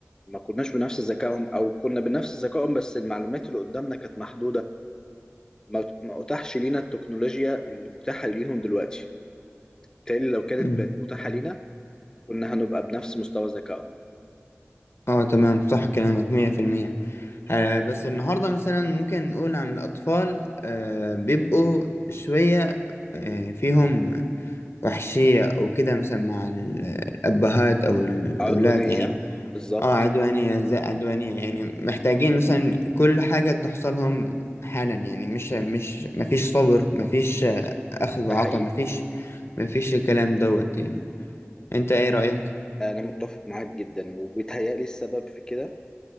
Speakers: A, on the left; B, on the left.
A: ما كناش بنفس ذكائهم أو كنا بنفس ذكائهم بس المعلومات اللي قدامنا كانت محدودة ما ما أتاحش لينا التكنولوجيا اللي متاحة ليهم دلوقتي بالتالي لو كانت
B: مم.
A: بقت متاحة لينا كنا هنبقى بنفس مستوى ذكائهم
B: اه تمام صح كلامك مية في المية آه، بس النهاردة مثلا ممكن نقول عن الأطفال آه بيبقوا شوية آه فيهم وحشية أو كده مثلا مع ال- الأبهات أو الأولاد
A: عدوانية
B: يعني
A: بالظبط
B: اه عدوانية زي عدوانية يعني محتاجين مثلا كل حاجة تحصلهم حالا يعني مش مش مفيش صبر مفيش آه، أخذ وعطا
A: ده حقيقي
B: مفيش مفيش الكلام دوت يعني أنت إيه رأيك؟
A: أنا متفق معاك جدا وبيتهيألي السبب في كده